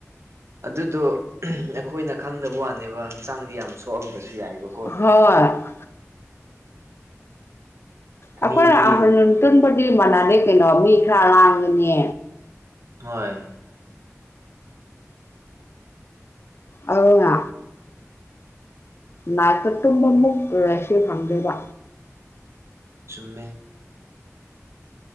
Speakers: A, on the right (about 55°); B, on the left (about 50°).
A: ꯑꯗꯨꯗꯣ ꯑꯩꯈꯣꯏꯅ ꯈꯪꯗꯕ ꯋꯥꯅꯦꯕ ꯍꯛꯆꯥꯡꯗꯤ ꯌꯥꯝ ꯁꯣꯛꯑꯝꯕꯁꯨ ꯌꯥꯏꯑꯕ
B: ꯍꯣꯏ ꯑꯩꯈꯣꯏ
A: ꯃꯤꯗꯤ
B: ꯑꯍ ꯇꯨꯟꯕꯗꯤ ꯃꯥꯟꯅꯗꯦ ꯀꯩꯅꯣ ꯃꯤ ꯈꯔ ꯂꯥꯡꯒꯅꯤ
A: ꯍꯣꯏ
B: ꯑꯅꯥ ꯅꯥꯏꯄꯠꯇꯨꯝꯕꯃꯨꯛ ꯔꯦꯁ ꯐꯪꯗꯦꯕ
A: ꯆꯨꯝꯃꯦ